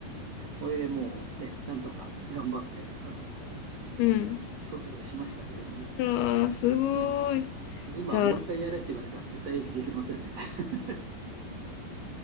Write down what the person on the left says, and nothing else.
うん。
ああ、すごい。
じゃあ、